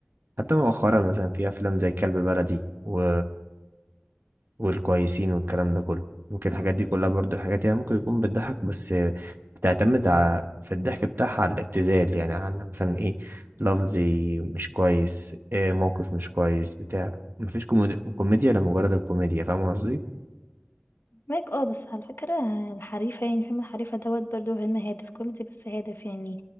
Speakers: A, on the right; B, on the left.
A: حتى مؤخرا مثلا في افلام زي كلب بلدي و... والكويسين والكلام ده كله ممكن الحاجات دي كلها برضو حاجات يعني ممكن يكون بتضحك بس بتعتمد على في الضحك بتاعها على الابتذال يعني على مثلا ايه لفظي مش كويس إيه موقف مش كويس بتاع مفيش كوميديا كوميديا لمجرد الكوميديا فاهم قصدي
B: مايك اه بس على فكرة الحريفة يعني فيلم الحريفة دوت برضو فيلم هادف كوميدي بس هادف يعني